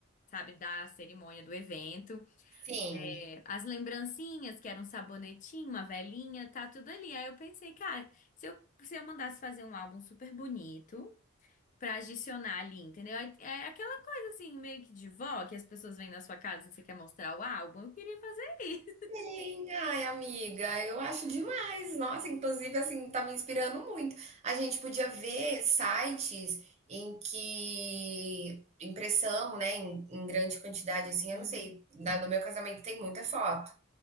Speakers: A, on the left; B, on the right.
A: sabe, da cerimônia do evento.
B: Sim.
A: É, as lembrancinhas, que era um sabonetinho, uma velinha, tá tudo ali. Aí eu pensei, cara, se eu, se eu mandasse fazer um álbum super bonito pra adicionar ali, entendeu? Aí É, aquela coisa assim, meio que de vó, que as pessoas vêm na sua casa e você quer mostrar o álbum. Eu queria fazer isso.
B: Sim, ai, amiga, eu acho demais. Nossa, inclusive, assim, tá me inspirando muito. A gente podia ver sites em que impressão, né, em, em grande quantidade, assim,
A: Uhum.
B: eu não sei, na- no meu casamento tem muita foto.